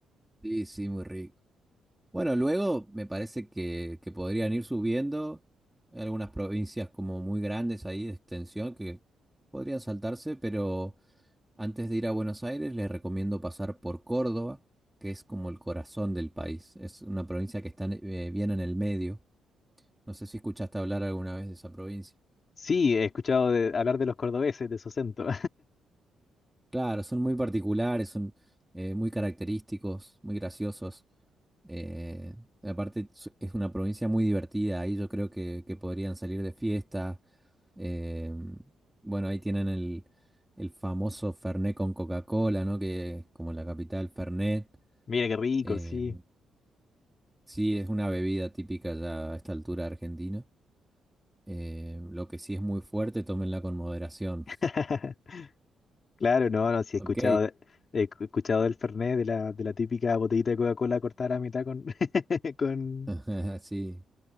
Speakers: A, in the centre; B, on the left.
A: sí, sí, muy rico. Bueno, luego me parece que, que podrían ir subiendo Hay algunas provincias como muy grandes ahí de extensión que podrían saltarse, pero... Antes de ir a Buenos Aires, les recomiendo pasar por Córdoba, que es como el corazón del país. Es una provincia que está eh, bien en el medio. No sé si escuchaste hablar alguna vez de esa provincia.
B: Sí, he escuchado de- hablar de los cordobeses, de su acento.
A: Claro, son muy particulares, son eh, muy característicos, muy graciosos. Eh, aparte, su- es una provincia muy divertida. Ahí yo creo que, que podrían salir de fiesta. Eh, bueno, ahí tienen el, el famoso Fernet con Coca-Cola, ¿no? Que es como la capital, Fernet.
B: <laughs> Mira qué rico,
A: Eh,
B: sí.
A: Sí, es una bebida típica ya a esta altura de Argentina. Eh, lo que sí es muy fuerte, tómenla con moderación.
B: <laughs> Claro, no, no, sí he
A: Ok,
B: escuchado, de- he escu- escuchado del Fernet, de la, de la típica botellita de Coca-Cola cortada a la mitad con, <laughs> con...
A: <laughs> sí,